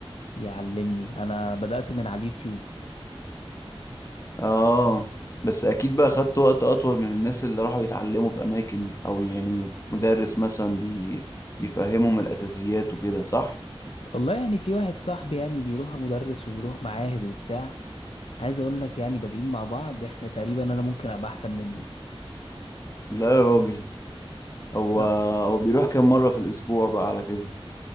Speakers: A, on the left; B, on the left.
A: يعلمني انا بدأت من على اليوتيوب
B: اه بس اكيد بقى خدت وقت اطول من الناس اللي راحوا يتعلموا في اماكن او يعني مدرس مثلا بي... بيفهمهم الاساسيات وكده صح
A: والله يعني في واحد صاحبي يعني بيروح مدرس ويروح معاهد وبتاع عايز اقول لك يعني بادئين مع بعض احنا تقريبا انا ممكن ابقى احسن منه
B: لا يا راجل هو
A: لو-
B: هو بيروح كام مرة في الاسبوع بقى على كده